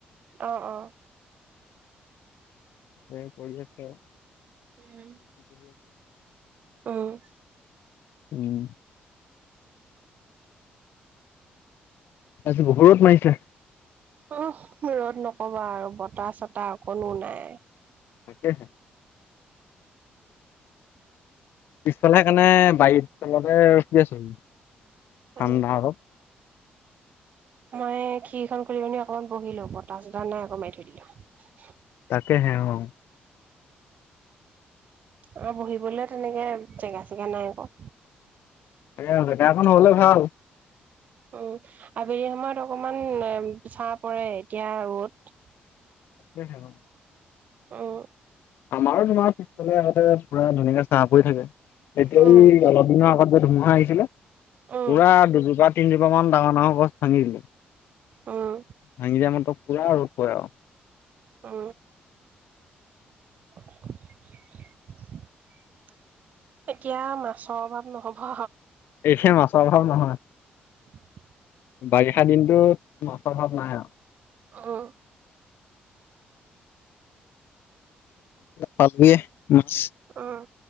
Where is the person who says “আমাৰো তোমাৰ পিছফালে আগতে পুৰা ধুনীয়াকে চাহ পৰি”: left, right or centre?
Left